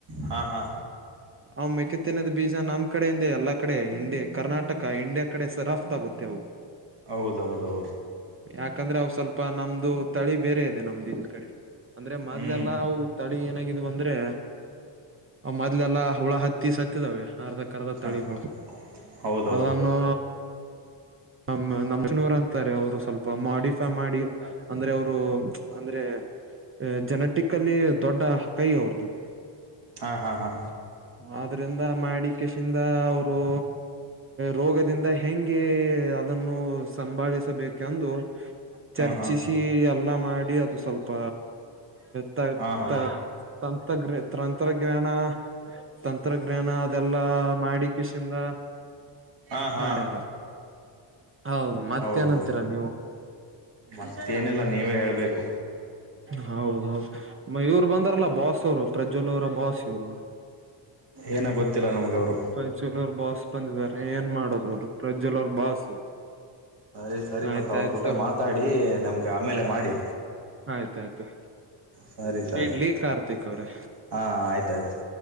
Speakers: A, on the right; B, on the right.
A: ಹಾ ಹಾ
B: ಅವ ಮೇಕ್ಕೆ ತಿನ್ನದ ಬೀಜ ನಮ್ ಕಡೆಯಿಂದೆ ಎಲ್ಲಾ ಕಡೆ ಇಂಡಿಯ ಕರ್ನಾಟಕ ಇಂಡಿಯಾ ಕಡೆ ಸರಫ್ತ ಆಗುತ್ತೆ ಅವು -
A: ಹೌದೌದದ.
B: ಯಾಕಂದ್ರ ಅವ ಸ್ವಲ್ಪ ನಮ್ದು ತಳಿ ಬೇರೆ ಇದೆ ನಮ್ದು ಇಲ್ ಕಡೆ ಅಂದ್ರೆ ಮೊದ್ಲೆಲ್ಲಾ
A: ಹ್ಞೂ
B: ಅವು ತಳಿ ಏನಾಗಿದವು ಅಂದ್ರೆ ಅ ಮೊದ್ಲೆಲ್ಲಾ ಹುಳ ಹತ್ತಿ ತ್ತೀ ಸತ್ತಿದಾವೆ ಅರ್ಧ ಕರ್ಧ
A: ಹಾಂ
B: ತಳಿಗಳು
A: ಹೌದೌದು
B: ಅದನ್ನು ಹ ನಮಷನೂರ್ ಅಂತಾರೆ ಅವರು ಸ್ವಲ್ಪ ಮಾಡಿಫೈ ಮಾಡಿ ಅಂದ್ರೆ ಅವರು ಅಂದ್ರೆ ಜೆನೆಟಿಕ್ ಅಲ್ಲಿ ದೊಡ್ಡ ಕೈ ಅವ್ರದು -
A: ಹಾ ಹಾ ಹಾ.
B: ಆದ್ರಿಂದ ಮಾಡಿಕೇಶಿಂದ ಅವರು ರೋಗದಿಂದ ಹೆಂಗೆ ಅದನ್ನು ಸಂಭಾಳಿಸಬೇಕೆಂದು
A: ಹಾಂ
B: ಚರ್ಚಿಸಿ
A: ಹಾಂ ಹಾಂ
B: ಎಲ್ಲ ಮಾಡಿ ಅದು ಪ್ ತ
A: ಹಾಂ ಹಾಂ
B: ತ ತಂತ್ರಜ್ಞ ತಂತ್ರಜ್ಞಾನ ತಂತ್ರಜ್ಞಾನ ಅದೆಲ್ಲಾ ಮಾಡಿಕೇಷಿಂದ
A: ಹಾಂ ಹಾಂ
B: ಮಾಡ್ಯಾರ. ಹೌದು ಮತ್ತೇನಂತೀರಾ
A: ಹೌದೌದು
B: ನೀವು
A: ಮತ್ತೇನಿಲ್ಲ ನೀವೇ ಹೇಳ್ಬೇಕು
B: ಹೌದೌದು ಇವ್ ಬಂದಾರಲ್ಲ ಬಾಸ್ ಅವ್ರು ಪ್ರಜ್ವಲ್ ಅವರ ಬಾಸ್ ಇವ್ರು
A: ಏನ ಗೊತ್ತಿಲ್ಲ ನಮ್ಗ ಅವರು
B: ಪ್ರಜ್ವಲ್ ಅವರು ಬಾಸ್ ಬಂದಿದ್ದಾರೆ ಏನ್ ಮಾಡೋದ ಅವ್ರು ಪ್ರಜ್ವಲ್ ಅವರು ಬಾಸ್
A: ಸರಿ ಸರಿ
B: ಆಯ್ತಾಯ್ತು
A: ಮತ್ತ ಅವರು ಕೂಟ ಮಾತಾಡಿ ನಮ್ಗೆ ಆಮೇಲೆ ಮಾಡಿ
B: ಆಯ್ತಾಯ್ತು
A: ಸರಿ ಸರಿ
B: ಇಡ್ಲಿ ಕಾರ್ತಿಕ್ ಅವ್ರೆ
A: ಹಾ ಆಯ್ತ ಆಯ್ತು